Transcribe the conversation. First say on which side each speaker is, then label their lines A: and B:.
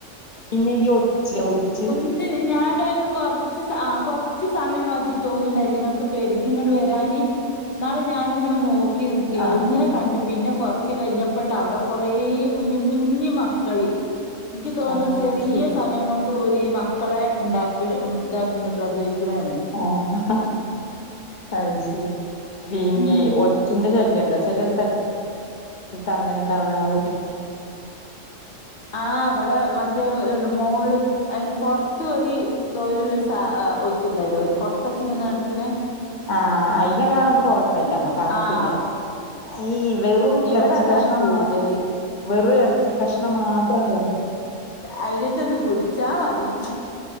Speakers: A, on the left; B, on the left.
A: പിന്നെ ഈ ഒച്ച്ലെ ഒച്ച്
B: ന്ന് ഞാനൊരു കൊർച്ച് സ ആ കൊർച്ച് സമയം മതി തോന്ന്ണ്ട അയ്റ്റങ്ങക്ക് പെരുകി ഇങ്ങട് വരാന് ന്നാള് ഞാനിങ്ങനെ നോക്കി നിക്കേ
A: ആഹ്
B: ഒന്നിനെ
A: അതെ
B: കണ്ടി പിന്നെ കൊർച്ച് കഴിഞ്ഞപ്പണ്ട് അവ്ടെ കൊറേ കുഞ്ഞ് കുഞ്ഞ് മക്കള് ഇക്ക് തോന്ന
A: ആഹ്
B: ചെറിയ
A: ശരി
B: സമയം കൊണ്ട് ഓല് ഈ മക്കളെ ഇണ്ടാ ക്ക്‌ണ് ഇതാക്ക്‌ണ്ട് പ്രസവിക്ക്‌ണ് ന്നെ
A: ആഹ് അയ് ശരി പിന്നെ
B: ഉം
A: ഒ ച്ചിന്റെ ശല്യം ഇണ്ടോ ചെലെ സ്ഥൽത്ത് അങ്ങനെ ഇണ്ടാവണാണാ ഓല്
B: ആ ഇവടെ മറ്റേ ണ്ട് മോൾള് അയിൻ്റെ പൊർത്ത് ഒര് തോല്ള്ളരു സാ ആ ഒച്ച്ണ്ടല്ലോ ഒരു കൊട്ടച്ചിങ്ങനെ നട്ക്ക്‌ണ
A: ആ അയിനെ കാണുമ്പോ കൊഴപ്പല്ല മ്മക്ക് അറപ്പില്ല
B: ആഹ്
A: ഈ വെൽ വെറും
B: ഇവിടെ
A: എർച്ചി
B: അതാണ്
A: കഷ്ണം
B: കൂടുതല്
A: മാ വെറും എർച്ചി കഷ്ണം മാത്രം ണ്ടല്ലോ
B: അയിനെറ്റന്ന് പുട്ച്ചാ മതി